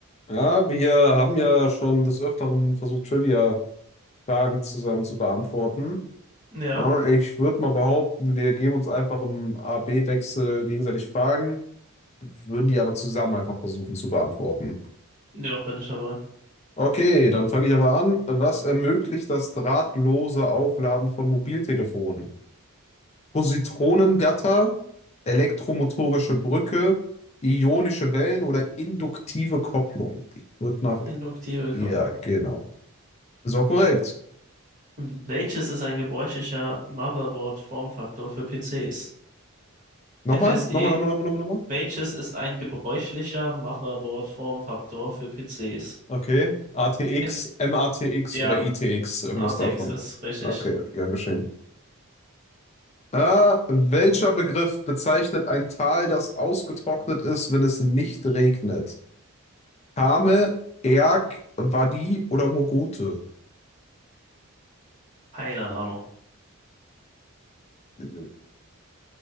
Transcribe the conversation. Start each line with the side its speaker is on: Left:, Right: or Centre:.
Left: Ja, wir haben ja schon des Öfteren versucht, Trivia-Fragen zusammen zu beantworten.
Right: Ja,
Left: Ja, Ich würde mal behaupten, wir geben uns einfach im A-B-Wechsel gegenseitig Fragen, würden die aber zusammen einfach versuchen zu beantworten.
Right: ja, bin ich dabei.
Left: Okay, dann fange ich einfach an. Was ermöglicht das drahtlose Aufladen von Mobiltelefonen? Positronengatter, elektromotorische Brücke, ionische Wellen oder induktive Kopplung? Ich würde nach...
Right: Induktive Kopplung.
Left: Ja, genau. So korrekt.
Right: Welches ist ein gebräuchlicher Motherboard-Formfaktor für PCs?
Left: Nochmal?
Right: FSE.
Left: Nochmal, nochmal, nochmal, nochmal, nochmal.
Right: Welches ist ein gebräuchlicher Motherboard-Formfaktor für PCs?
Left: Okay. A A T X,
Right: F
Left: M A T X
Right: ja,
Left: oder I T X, irgendwas
Right: ATX
Left: davon.
Right: ist richtig.
Left: Okay, gern geschehen. Äh, welcher Begriff bezeichnet ein Tal, das ausgetrocknet ist, wenn es nicht regnet? Kame, Erg, Wadi oder Mogote?
Right: Keine Ahnung.
Left: Äh,